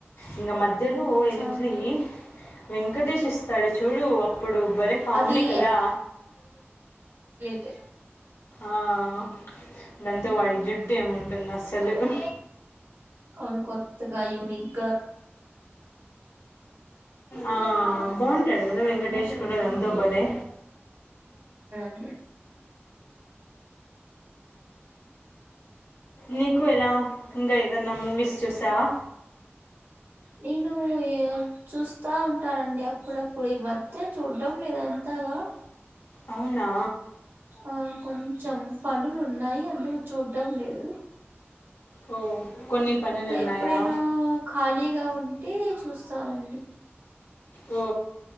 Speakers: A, on the left (about 75°); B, on the right (about 55°).
A: ఇంగ మధ్యలో
B: ఉమ్
A: ఎంట్రీ
B: చానా
A: వెంకటేష్ ఇస్తాడు చూడు అప్పుడు భలేె కామెడీ
B: అది
A: కదా,
B: అ
A: ఆ ఆ దాంతో
B: ఉమ్
A: వాడి జుట్టు ఏముంటుంది అసలు ఏ
B: అను కొంత్తగా యూనిగ్గా
A: ఆ వును బోన్ టాడుగదా వెంకటేశ్వర
B: ఉమ్
A: రాందోబలే
B: <unintelligible> హు
A: నీకు ఎలా ఇంకా ఏదన్నా మూవీస్ చూసావా
B: నీనుయా చూస్తా ఉంటానండి అప్పుడప్పుడు ఈ మధ్య చూడం లేదు అంతగా
A: అవునా
B: ఆ కొంచం పనులు ఉన్నాయి అందుకు చూడం లేదు
A: ఓ కొన్ని పనులు
B: రేప్పుడైనా
A: ఉన్నాయా
B: ఖాళీగా ఉంటే చూస్ అవండి
A: ఓ